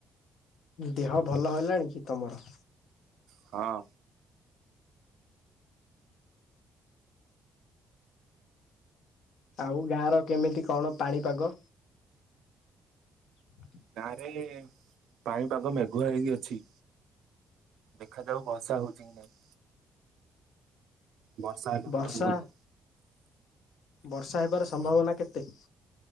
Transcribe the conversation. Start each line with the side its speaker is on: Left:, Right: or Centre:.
Left: ଦେହଭଲ ହେଲାଣି କି ତମର?
Right: ହଁ।
Left: ଆଉ ଗାଁ ର କେମିତି କଣ ପାଣିପାଗ? ହ <unintelligible>
Right: ଗାଁ ରେ ପାଣିପାଗ ମେଘୁଆ ହେଇକି ଅଛି। ଦେଖାଯାଉ ବର୍ଷାହଉଛି କି ନାଇଁ? ବର୍ଷା ହେଲେ
Left: ବର୍ଷା
Right: ଭଲ ହୁଅନ୍ତା।
Left: ବର୍ଷା ହେବାର ସମ୍ଭାବନା କେତେ?